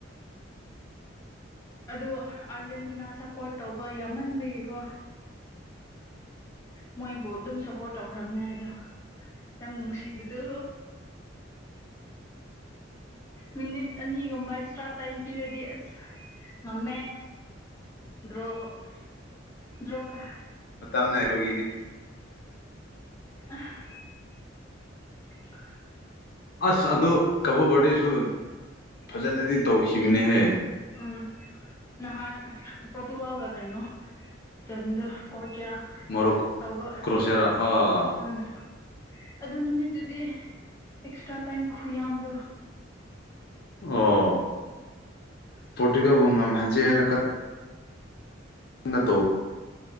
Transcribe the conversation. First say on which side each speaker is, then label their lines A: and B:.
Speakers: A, on the left; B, on the left.
A: ꯑꯗꯣ ꯑꯥꯔꯖꯦꯟꯇꯤꯅꯥ ꯁꯞꯄꯣꯔꯠ ꯇꯧꯕ ꯌꯥꯝꯃꯟꯕꯒꯤꯀꯣ ꯃꯣꯏꯕꯨ ꯑꯗꯨꯝ ꯁꯞꯄꯣꯔꯠ ꯇꯧꯈ꯭ꯔꯕꯅꯦ ꯑꯩꯗꯣ ꯌꯥꯝ ꯅꯨꯡꯁꯤꯕꯗꯨ ꯃꯤꯅꯤꯠ ꯅꯅꯤꯒꯨꯝ ꯑꯦꯛꯁꯇ꯭ꯔꯥ ꯇꯥꯏꯝ ꯄꯤꯔꯗꯤ ꯑꯁ ꯉꯝꯃꯦ ꯗ꯭ꯔꯣ ꯗ꯭ꯔꯣꯀ
B: ꯃꯇꯥ ꯅꯥꯏꯕꯒꯤꯅꯤ <inaudible>
A: ꯑ <inaudible>
B: ꯑꯁ ꯑꯗꯨ ꯀꯕꯣ ꯕꯔꯗꯁꯨ ꯐꯖꯅꯗꯤ ꯇꯧꯈꯤꯕꯅꯦꯍꯦ
A: ꯎꯝ ꯅꯍꯥꯟ ꯄ꯭ꯔꯣꯇꯨꯒꯜꯒ ꯀꯩꯅꯣ ꯆꯟ ꯀꯣꯇ꯭ꯌꯥ
B: ꯃꯣꯔꯣꯛ
A: ꯇꯧꯕ
B: ꯀ꯭ꯔꯣꯁꯤꯌꯥꯔꯥ ꯑꯥ
A: ꯎꯝ ꯑꯗꯨ ꯅꯨꯃꯤꯠꯇꯨꯗꯤ ꯑꯦꯛꯁꯇ꯭ꯔꯥ ꯇꯥꯏꯝ ꯈꯨꯌꯥꯝꯗꯣ
B: ꯑꯣ ꯄꯔꫭꯇꯨꯒꯥꯜꯕꯨ ꯉꯝꯍꯟꯖꯦ ꯍꯥꯏꯅ ꯀꯪꯅ ꯅ ꯇꯧꯕ